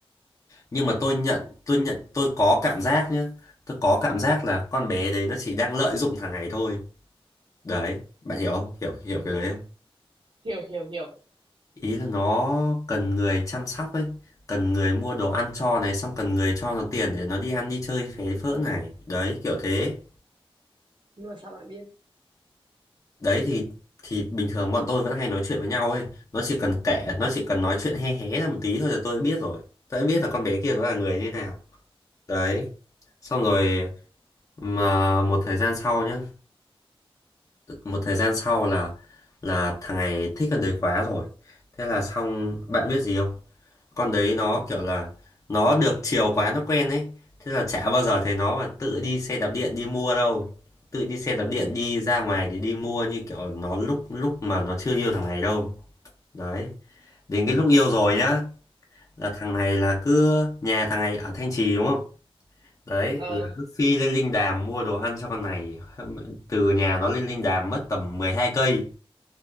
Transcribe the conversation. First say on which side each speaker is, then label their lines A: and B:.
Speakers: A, on the left (about 30°); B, on the right (about 50°).
A: Nhưng mà tôi nhận, tôi nhận, tôi có cảm giác nhá. Tôi có cảm giác là con bé đấy nó chỉ đang lợi dụng thằng này thôi. Đấy, bạn hiểu không? Hiểu hiểu cái đấy
B: hiểu hiểu hiểu
A: ý là nó cần người chăm sóc ấy cần người mua đồ ăn cho này xong cần người cho nó tiền để nó đi ăn đi chơi phế phỡ này đấy kiểu thế
B: nhưng mà sao bạn biết
A: đấy thì thì bình thường bọn tôi vẫn hay nói chuyện với nhau ấy nó chỉ cần kể nó chỉ cần nói chuyện hé hé ra một tí thôi là tôi đã biết rồi tôi đã biết là con bé kia nó là người như thế nào đấy xong rồi mà một thời gian sau nhá một thời gian sau là là thằng này thích con đấy quá rồi thế là xong bạn biết gì không con đấy nó kiểu là nó được chiều quá nó quen ấy thế là chả bao giờ thấy nó mà tự đi xe đạp điện đi mua đâu tự đi xe đạp điện đi ra ngoài để đi mua như kiểu nó lúc lúc mà nó chưa yêu thằng này đâu đấy đến cái lúc yêu rồi nhá là thằng này là cứ nhà thằng này ở Thanh Trì đúng không đấy
B: ờ
A: là cứ phi lên Linh Đàm mua đồ ăn cho con này <laughs> từ nhà nó lên Linh Đàm mất tầm mười hai cây